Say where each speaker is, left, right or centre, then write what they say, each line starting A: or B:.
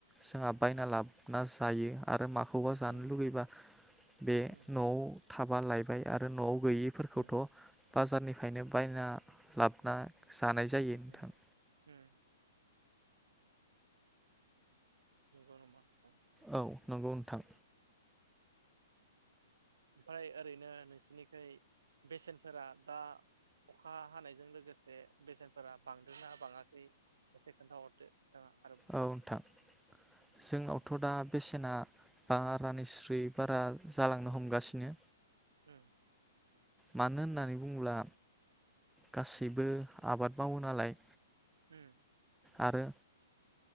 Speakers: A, in the centre; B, on the right.
A: जोंहा बायना लाबोना जायो। आरो माखौबा
B: उम
A: जानो लुुबैबा बे
B: उम
A: न'आव थाबा लायबाय आरो न'आव गैयिफोरखौथ'
B: उम
A: बाजारनिफ्रायनो बायना लाबोना जानाय जायो
B: उम
A: नोंथां।
B: <unintelligible> नंगौ नामा नोंथां?
A: औ नंगौ नोंथां।
B: ओमफ्राय ओरैनो नोंसिनिखै बेसेनफोरा दा अखा हानायजों लोगोसे बेसेनफोरा बांदोंना बाङाखै एसे खोन्थाहरदो। नोंथाङा आरोबाव
A: औ नोंथां जोंनावथ' दा बेसेना बा रानिस्रि बारा जालांनो हमगासिनो।
B: उम
A: मानो होननानै बुंङोब्ला गासैबो आबाद मावो नालाय।
B: उम
A: आरो